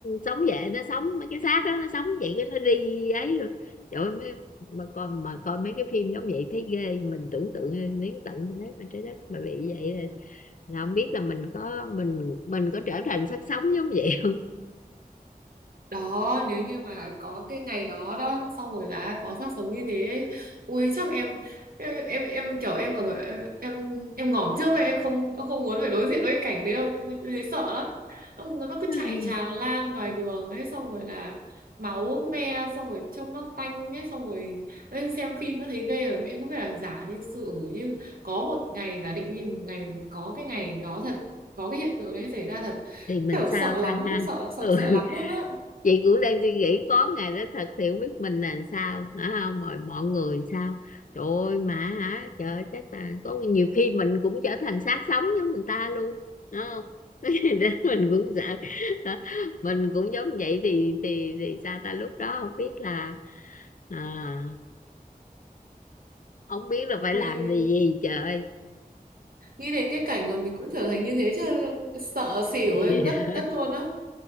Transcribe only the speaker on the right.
đó nếu như mà có cái ngày đó đó xong rồi là có xác sống như thế ấy, ui chắc em em em, em kiểu em còn em em ngỏm trước ấy, em không em không muốn phải đối diện với cái cảnh đấy đâu em thấy sợ lắm nó nó cứ
chạy tràn lan ngoài đường ấy xong rồi là máu me xong rồi trông nó tanh ấy xong rồi lên xem phim nó thấy ghê rồi em không biết là giả như sự như có một ngày giả định như một ngày mình có cái ngày đó thật có cái hiện tượng đấy xảy ra thật
kiểu
sợ
lắm
sợ sợ
sợ lắm luôn á
Ui,
nghĩ đến cái cảnh mà mình cũng trở thành như thế chứ sợ xỉu
ấy, ngất ngất luôn á.